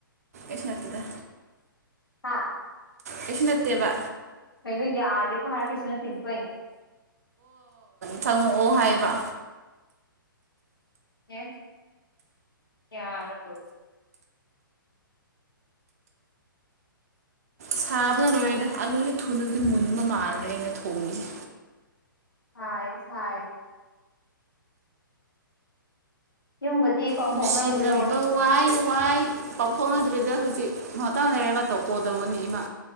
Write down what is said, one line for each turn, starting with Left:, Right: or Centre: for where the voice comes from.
Right: ꯏꯁꯤꯡꯅꯇꯗ
Left: ꯍꯥꯥ
Right: ꯀꯁꯅꯠꯇꯦꯕ
Left: ꯀꯩꯅꯣ ꯌꯥꯗꯦꯀꯣ ꯍꯥꯔ ꯀ꯭ꯔꯤꯁꯅ ꯇꯤꯕꯨ ꯀꯩꯅꯣ
Right: ꯈꯪꯉꯛꯑꯣ ꯍꯥꯏꯕ
Left: ꯑꯦ ꯀ
Right: ꯁꯥꯕꯅ ꯂꯣꯏꯔꯗꯤ ꯑꯂꯨꯁꯦ ꯊꯨꯅꯗꯤ ꯃꯨꯟꯕ ꯃꯥꯜꯂꯦ ꯑꯩꯅ ꯊꯣꯡꯉꯤꯁꯦ
Left: ꯁꯥꯌꯦ ꯁꯥꯌꯦ ꯌꯨꯝꯒꯗꯤ ꯄꯥꯎ
Right: ꯅꯨꯡꯁꯤꯅꯕ
Left: ꯐꯥꯎꯅꯕ꯭ꯔꯣ
Right: ꯋꯥꯏ ꯋꯥꯏ ꯄꯥꯎꯊꯣꯛꯅꯗ꯭ꯔꯤꯗ ꯍꯧꯖꯤꯛ ꯉꯇ ꯂꯩꯔ ꯃꯇꯧ ꯀꯣꯗꯧꯕꯅꯤ ꯏꯃꯥ